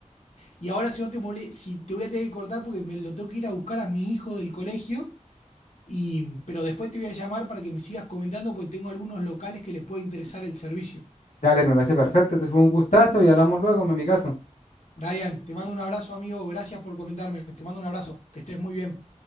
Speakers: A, on the left (about 65°); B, on the left (about 80°).
A: Y ahora, si no te mole, si te voy a tener que cortar porque me lo tengo que ir a buscar a mi hijo del colegio. Y, pero después te voy a llamar para que me sigas comentando porque tengo algunos locales que le puede interesar el servicio.
B: Dale, me parece perfecto. Entonces fue un gustazo y hablamos luego, mi amigazo.
A: Brian, te mando un abrazo, amigo. Gracias por comentarme. Te mando un abrazo. Que estés muy bien.